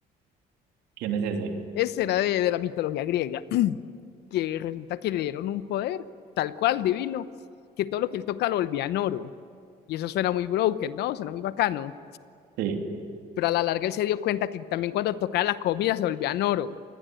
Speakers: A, on the right; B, on the left.
A: ¿Quién es ese?
B: ese era de, de la mitología griega, <clears throat> que resulta que le dieron un poder, tal cual, divino, que todo lo que él toca lo volvía en oro, y eso suena muy broken, ¿no? Suena muy bacano,
A: Sí.
B: pero a la larga él se dio cuenta que también cuando tocaba la comida se volvía en oro,